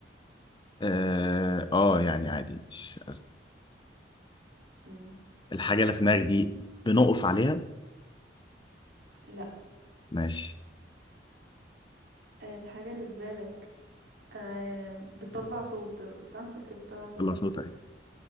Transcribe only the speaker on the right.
مم،
لأ
الحاجة اللي في بالك آم، بتطلع صوت صح انت قلت لي بتطلع صوت